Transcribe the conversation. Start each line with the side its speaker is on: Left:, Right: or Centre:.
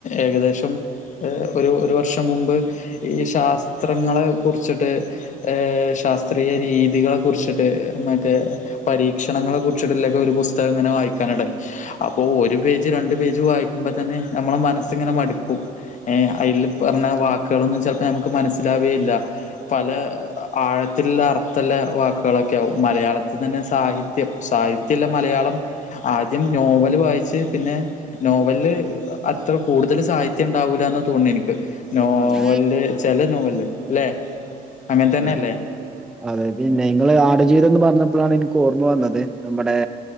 Left: ഏകദേശം ഒരു ഒരു വർഷം മുമ്പ് ഈ ശാസ്ത്രങ്ങളെ കുർച്ചിട്ട് ഏഹ് ശാസ്ത്രീയ രീതികളെ കുർച്ചിട്ട് മറ്റേ പരീക്ഷണങ്ങളെ കുറിച്ചിട്ടുള്ളൊക്കെ ഒരു പുസ്തകം ഇങ്ങനെ വായിക്കാനെടേക്ക്‌ ഇഷ് അപ്പോ ഒരു പേജ് രണ്ട് പേജ് വായിക്കുമ്പോ തന്നെ നമ്മളെ മനസ്സിങ്ങനെ മടുക്കും ഏഹ് അയിൽ പറഞ്ഞ വാക്കുകളൊന്നും ചെൽപ്പോ നമുക്ക് മനസ്സിലാവെ ഇല്ല പല ആഴത്തില്ള്ള അർത്ഥലള്ളെ വാക്കുകളൊക്കെ ആകും മലയാളത്തിൽ തന്നെ സാഹി ത്യം സാഹിത്യള്ള മലയാളം ആദ്യം നോവല് വായിച്ച് പിന്നെ നോ വല് അത്ര കൂടുതൽ സാഹിത്യം ഉണ്ടാവൂലന്ന തോന്നുന്നേ എനിക്ക് നോവൽല്ല്
Centre: അതെ
Left: ചെില നോവല്ല് അല്ലേ അങ്ങൻ തന്നെല്ലേ
Centre: അതെ അതെ പിന്നെ ഇങ്ങള് ആടുജീവിതംന്ന് പറഞ്ഞപ്പ്ളാണ് ഇൻക്ക് ഓർമ്മ വന്നത് നമ്മടെ